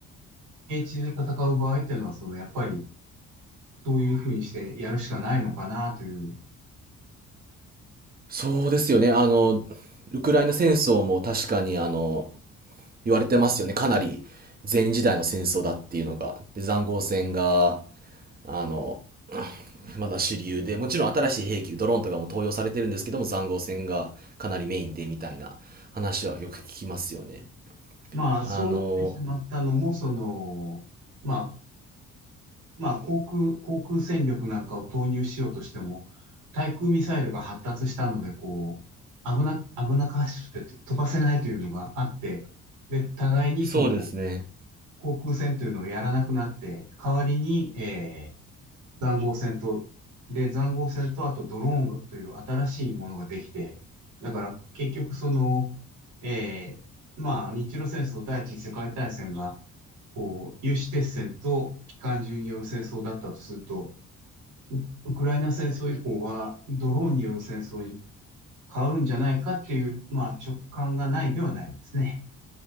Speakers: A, on the right; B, on the right.
A: 平地で戦う場合っていうのは、その、やっぱり、どういうふうにしてやるしかないのかなという。
B: そうですよね。あの、ウクライナ戦争も確かにあの、言われてますよね。かなり前時代の戦争だっていうのが。で、塹壕戦が、あの、まだ主流で、もちろん新しい兵器、ドローンとかも投与されてるんですけども、塹壕戦がかなりメインでみたいな話はよく聞きますよね。
A: まあ、
B: あの、
A: そうなってしまったのも、その、まあ、まあ、航空、航空戦力なんかを投入しようとしても、対空ミサイルが発達したので、こう、危な、危なっかしくてと飛ばせないというのがあって、で、互いにその、
B: そうですね。
A: 航空戦というのをやらなくなって、代わりに、えー塹壕戦と、で、塹壕戦と、あとドローンという新しいものができて、だから結局その、えー、まあ、日露戦争第一次世界大戦が、こう、有刺鉄線と機関銃による戦争だったとすると、ウウクライナ戦争以降はドローンによる戦争に変わるんじゃないかっていう、まあ、直感がないではないですね。